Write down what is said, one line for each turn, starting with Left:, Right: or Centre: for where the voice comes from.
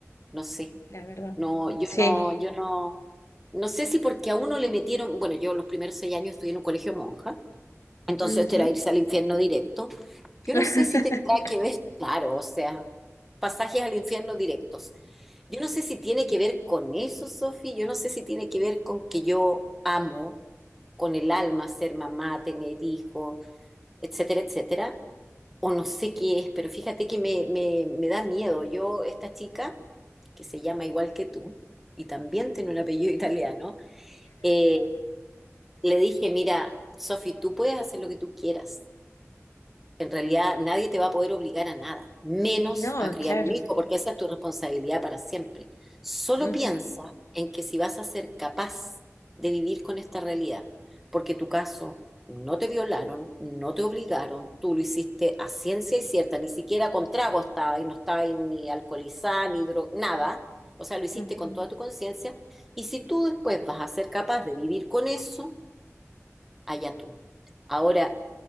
Centre: No sé.
Left: la verdad.
Centre: No, yo
Left: Sí.
Centre: no, yo no. No sé si porque a uno le metieron. Bueno, yo los primeros seis años estudié en un colegio monja, entonces
Left: ujú.
Centre: esto era irse al infierno directo.
Left: <laughs>
Centre: Yo no sé si tendrá que ver, claro, o sea, pasajes al infierno directos. Yo no sé si tiene que ver con eso, Sofi. Yo no sé si tiene que ver con que yo amo con el alma ser mamá, tener hijos, etcétera, etcétera, o no sé qué es, pero fíjate que me, me, me da miedo. Yo, esta chica, que se llama igual que tú, y también tiene un apellido <laughs> italiano, eh, le dije, mira, Sofi, tú puedes hacer lo que tú quieras. En realidad nadie te va a poder obligar a nada, menos
Left: No,
Centre: a criar
Left: claro.
Centre: un hijo, porque esa es tu responsabilidad para siempre. Solo
Left: Ujú,
Centre: piensa en que si vas a ser capaz de vivir con esta realidad, porque tu caso no te violaron, no te obligaron, tú lo hiciste a ciencia y cierta, ni siquiera con trago estaba y no estaba ahí ni alcoholizada, ni dro nada, o sea, lo hiciste
Left: ujú,
Centre: con toda tu conciencia, y si tú después vas a ser capaz de vivir con eso, allá tú. Ahora,